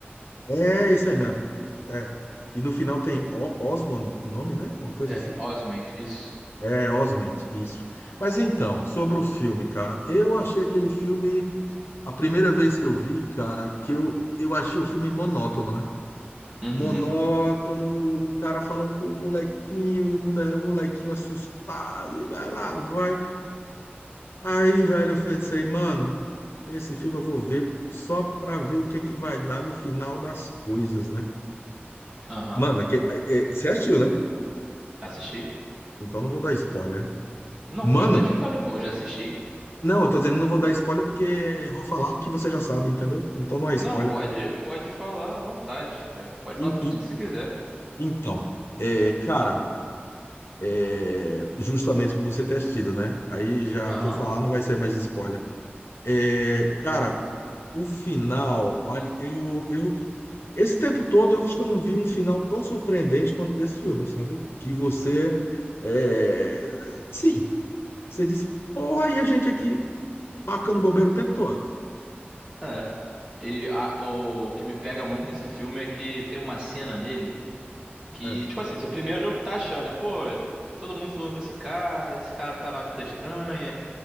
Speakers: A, on the left; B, on the right.
A: É isso aí mesmo. É. E no final tem O- Osmond, o nome, né? Uma coisa
B: É,
A: assim.
B: Osment, isso.
A: É, Osment, isso. Mas então, sobre o filme, cara, eu achei aquele filme, a primeira vez que eu vi, cara, que eu, eu achei o filme monótono, né?
B: Uhum,
A: monótono, o cara falando com o molequinho e o mone- o molequinho assustado, e vai lá, vai. Aí, velho, eu pensei, mano, esse filme eu vou ver só pra ver o que é que vai dar no final das coisas, né?
B: aham,
A: Mano, aqui, é- é- você assistiu, né?
B: Assisti.
A: Então não vou dar spoiler.
B: Não,
A: Mano,
B: pode dar spoiler, pô, eu já assisti.
A: não, eu tô dizendo não vou dar spoiler porque eu vou falar o que você já sabe, entendeu? Então não é spoiler.
B: Não, pode, pode falar à vontade. é, Pode
A: In-
B: falar tudo
A: in-
B: o que você quiser.
A: Então, é, cara, é, justamente por você ter assistido, né? Aí já
B: Aham,
A: o que eu falar não vai ser mais spoiler. É, cara, o final, olha, eu, eu, esse tempo todo eu acho que eu não vi um final tão surpreendente quanto desse filme, sabe? Que você, é, sim, você diz, porra, e a gente aqui marcando bobeira o tempo todo.
B: É. E a- o que me pega muito nesse filme é que tem uma cena nele que,
A: É,
B: tipo assim, você primeiro tá achando, né? Pô, t- todo mundo falando com esse cara, esse cara tá numa vida estranha.